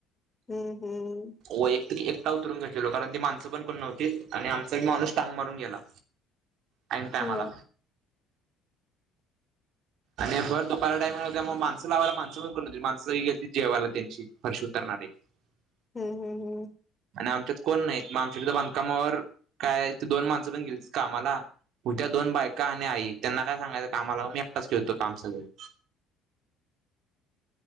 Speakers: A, on the left; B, on the right.
A: हम्म हम्म
B: वैयक्तिक एकटा उतरून घलो कारण ती माणसं पण कोण नव्हतीत आणि आमचा माणूस टांग मारून गेला आईन टायमाला.
A: हो
B: आणि भर दुपारला टाईम हो. त्या मग माणसं लावायला माणसं पण करून होती माणस गेलीती जेवायला त्यांची फर्श उतरणार. <unintelligible>
A: हम्म हम् हम्
B: आणि आमच्यात कोण नाहीत. मग आमच्या बांधकामावर काय, ते दोन माणसं पण गेलती कामाला. उद्या दोन बायका आणि आई, त्यांना काय सांगायचं कामाला मी एकटाच केलतो काम सगळ. <inaudible>